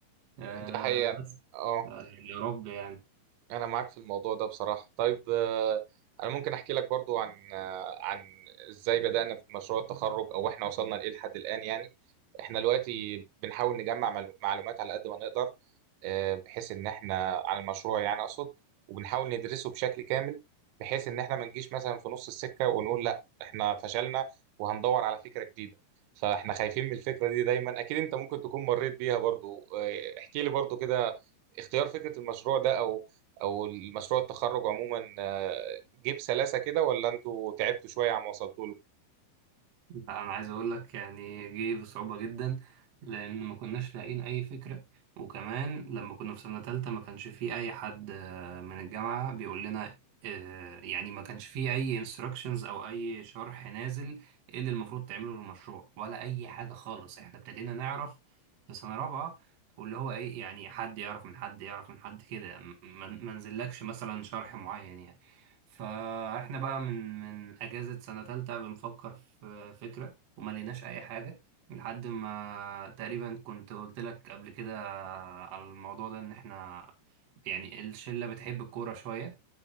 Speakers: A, on the right (about 45°); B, on the right (about 85°).
A: آه،
B: دي حقيقة
A: بس
B: اه
A: آه، يا رب يعني
B: انا معاك في الموضوع ده بصراحه طيب آه، انا ممكن احكي لك برضو عن آه، عن ازاي بدانا في مشروع التخرج او احنا وصلنا لايه لحد الان يعني احنا دلوقتي بنحاول نجمع معلو- معلومات على قد ما نقدر آه، بحيث ان احنا عن المشروع يعني اقصد وبنحاول ندرسه بشكل كامل بحيث ان احنا ما نجيش مثلا في نص السكه ونقول لا احنا فشلنا وهندور على فكره جديده فاحنا خايفين من الفكره دي دايما اكيد انت ممكن تكون مريت بيها برضو آه، احكي لي برضو كده اختيار فكرة المشروع ده أو او المشروع التخرج عموما آه، جه بسلاسه كده ولا انتوا تعبتوا شويه عم وصلتوا له
A: لا انا عايز اقول لك يعني جه بصعوبة جدا لان ما كناش لاقيين اي فكرة وكمان لما كنا في سنة تالتة ما كانش في اي حد آه، من الجامعة بيقول لنا آه، يعني ما كانش في اي انستراكشنز او اي شرح نازل ايه اللي المفروض تعمله للمشروع ولا اي حاجة خالص احنا ابتدينا نعرف في سنة رابعة واللي هو ايه يعني حد يعرف من حد يعرف من حد كده م- ما ما نزلكش مثلا شرح معين يعني فاحنا بقى من من اجازة سنة تالتة بنفكر في فكرة وما لقيناش اي حاجة لحد ما تقريبا كنت قلت لك قبل كده على الموضوع ده ان احنا يعني الشلة بتحب الكورة شوية